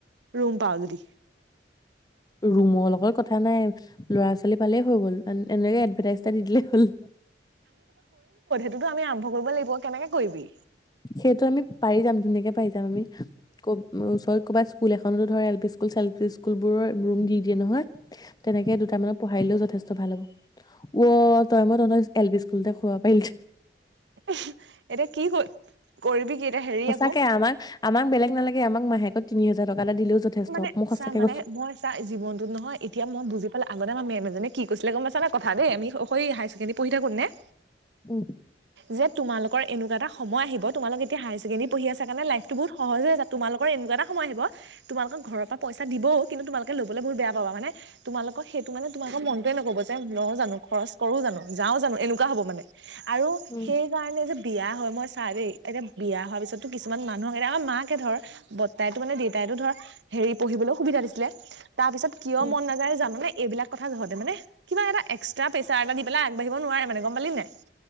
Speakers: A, on the right; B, on the left.
A: ৰুম পাৱ যদি।
B: ৰুমৰ লগত কথা নাই। ল'ৰা ছোৱালী পালেই হৈ গ'ল, এনেকে এডভাৰটাইজ এটা দি দিলেই হ'ল।
A: কিন্তু আমি আৰম্ভ কৰিব লাগিব কেনেকে কৰিবি?
B: সেইটো আমি পাৰি যাম, ধুনীয়াকে পাৰি যাম আমি। ওচৰত ক'ৰবাত স্কুল এখনতো ধৰ এলপি স্কুল -চেলপি স্কুল বোৰৰ ৰুম দি দিয়ে নহয়। তেনেকে দুটামানত পঢ়াইলৈও যথেষ্ট ভাল হ'ব। ৱ', তই-মই তহঁতৰ এলপি স্কুলতে খুৱাব পাৰিলোহেতেন।
A: ওহোঁ', এতিয়া কি', কৰিবি কি', এতিয়া হেৰি
B: সঁচাকে
A: আকৌ
B: আমাক-আমাক বেলেগ। নালাগে, আমাক মাহেক তিনি হাজাৰ টকা। এটা দিলেও যথেষ্ট
A: মানে
B: মই সঁচাকে
A: চা', মানে
B: কৈছো
A: মই, চা', জীৱনতোত নহয় এতিয়া, মই বুজি পালে আগতে মেম এজনীয়ে কি', কৈছিলে গম পাইছানে কথা দেই আমি, হয়', হাইছেকেন্দ্ৰী, পঢ়ি থাকো নে',
B: উম
A: যে, তোমালোকৰ এনেুকোৱা এটা সময় আহিব, তোমোলোক এতিয়া হায়াৰ-ছেকেনদেৰী পঢ়ি আছা কাৰনে লাইফটো বহুত সহজ হৈ আছে। তোমালোকৰ এনেকুৱা এটা সময় আহিব তোমালোকৰ ঘৰৰ পৰা পইচা দিবও কিন্তু তোমালোকে লবলৈ বহুত বেয়া পাবা, মানে তোমালকৰ সেইটো মানে তোমালকৰ মনটোৱে নক'ব যে', লও জানো, খৰচ কৰোঁ জানো, যাও জানো, এনেকোৱা হ'ব মানে। আৰু
B: উম
A: সেই কাৰণে যে বিয়া হয়, মই, চা', দেই এতিয়া বিয়া হোৱাৰ পিছততো কিছুমান মানুহক এয়া আমাৰ মাকে ধৰ বৰ্তাইটো মানে দেউতাইো ধৰ হেৰি পঢ়িবলৈও সুবিধা দিছিলে। উ <unintelligible> তাৰ পিছত কিয়
B: উম
A: মন নাযায় জানোনে এইবিলাক কথাহ। মানে কিবা এটা এক্সট্ৰা প্ৰেছাৰ এটা দি পেলাই আগবাঢ়িব নোৱাৰে মানে গম পালি নাই।